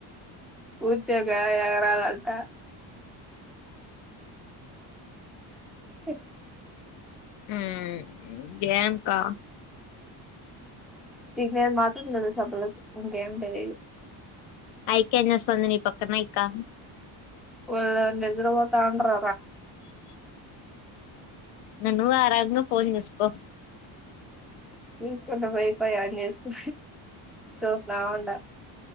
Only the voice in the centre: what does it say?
కుర్చోక ఎగరాాలంటా సి
తినేది మాత్రం తెలుసు ఆ పిల్లకి ఇంకేం తెలిదు
ఒల్ నిద్ర పోోతాండ్రు
చూసుకున్న వైఫై ఆన్ చేసుకో చూస్తా ఉండ